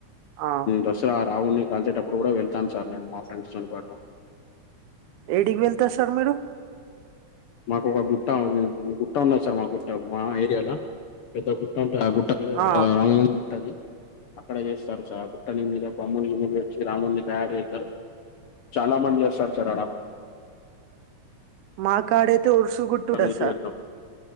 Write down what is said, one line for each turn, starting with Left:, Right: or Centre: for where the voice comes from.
Right: ఆ!
Left: దసరా రావున్ని కాల్చేటప్పుడు కూడా వెళ్తాను సార్ నేను మా ఫ్రెండ్స్నీ తో పాటు
Right: ఏడికి వెళ్తారు సార్ మీరు
Left: మాకు ఒక గుట్ట గుట్ట ఉన్నది సార్ మా గుట్ట మా ఏరియాలో పెద్ద గుట్ట ఉంటది ఆ గుట్ట మీద రా
Right: ఆ!
Left: రాముని గుట్ట అది అక్కడ చేస్తారు సార్ ఆ గుట్టని మీద బాంబులు గిమ్ములు తెచ్చి రావున్ని తయారు చేతారు చాలా మంది వస్తారు సార్ ఆడ
Right: మా కాడ అయితే ఉర్సు గుట్ట ఉంటది
Left: మీదకి
Right: సార్
Left: వెళ్తాం